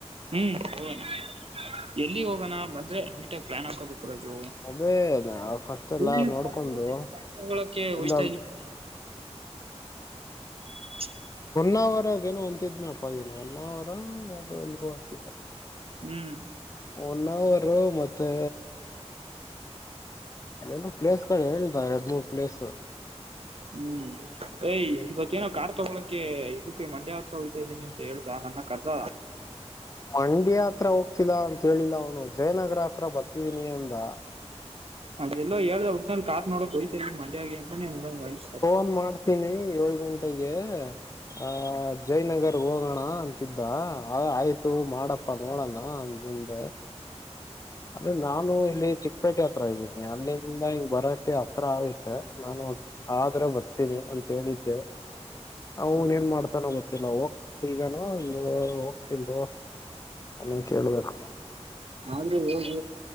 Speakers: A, on the right; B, on the left.
A: ಹ್ಮ್ ಹೋಗೋಣ ಎಲ್ಲಿ ಹೋಗೋಣ ಬಂದ್ರೆ ನೀಟಾಗಿ ಪ್ಲಾನ್ ಹಾಕೋಬೇಕು ರಾಜು
B: ಅದೇ
A: <unintelligible>
B: ಫಸ್ಟ್ ಎಲ್ಲಾ ನೋಡ್ಕೊಂಡು ಇಲ್ಲ <inaudible>
A: <unintelligible>
B: ಒನ್ ಅವರ್ ಅದೇನೋ ಅಂತಿದ್ನಪ ಏನ್ ಒನ್ ಅವರ್ ಯಾವೋ ಇಲ್ಗೋ ಅಂತಿದ್ದ
A: ಹ್ಮ್
B: ಒನ್ ಅವರ್ ಮತ್ತೆ ನು ಪ್ಲೇಸ್ಗಳು ಹೇಳ್ತ ಎಡು ಮೂರು ಪ್ಲೇಸ್
A: ಹ್ಮ್ ಏಯ್ ಇವತ್ತೇಏನೋ ಕಾರ್ ತಗೊಳಕ್ಕೆ ಇದಕ್ಕೆ ಮಂಡ್ಯ ಹತ್ರ ಹೋಯ್ತಾ ಇದ್ದೀನಿ ಅಂತ ಹೇಳುದ ನನ್ನ ಕರ್ದ
B: ಮಂಡ್ಯ ಹತ್ರ ಹೋಗ್ತಿಲ್ಲ ಅಂತ ಹೇಳಿಲ್ಲ ಅವನು ಜಯನಗರ ಹತ್ರ ಬರ್ತಿದೀನಿ ಅಂದ
A: ಅದೆಲ್ಲೋ ಹೇಳ್ದ ಒಟ್ನಲ್ಲಿ ಕಾರ್ ನೋಡಕ್ ಹೊಯತ ಮಂಡ್ಯ ಗೆ ಅಂತನೆ ಅಂದಂಗಾಯ್ತು
B: ಫೋನ್ ಮಾಡ್ತೀನಿ ಏಳು ಗಂಟೆಗೆ ಹ ಜೈ ನಗರ ಹೋಗೋಣ ಅಂತಿದ್ದ ಆಯ್ತು ಮಾಡಪ್ಪ ನೋಡಣ ಅಂದಿಂದೆ ಅದೇ ನಾನು ಇಲ್ಲಿ ಚಿಕ್ಕಪೇಟೆ ಹತ್ರ ಇದ್ದೀನಿ ಅಲ್ಲಿಂದ ಹಿಂಗ್ ಬರಕೆ ಹತ್ರ ಆಗುತ್ತೆ ನಾನು ಆದ್ರ ಬರ್ತೀನಿ ಅಂತ ಹೇಳಿದ್ದೆ ಅವನ ಏನ್ ಮಾಡ್ತಾನೋ ಗೊ ನಾ ಹೋಗ್ತ ಇದಾನೋ ಇಲ್ ಹೋಗ್ತಿಲ್ದು ಅವ ಕೇೇಳಳ್ಬೇಕು
A: ಆದ್ರೆ ಹ